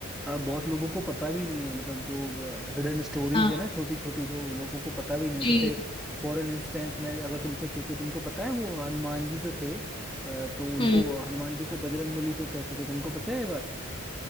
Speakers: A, in the centre; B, on the left.
A: अ, बहुत लोगों को पता भी नहीं है मतलब जो हिडन स्टोरीज
B: हाँ
A: है ना छोटी छोटी जो लोगों को पता भी नहीं है
B: जी
A: जैसे फॉर एन इंस्टेंस मैं अगर तुमसे पूछूं तुमको पता है वो हनुमान जी जो थे अ, तो उनको
B: हम्म
A: हनुमान जी को बजरंगबली क्यों कहते थे तुमको पता है ये बात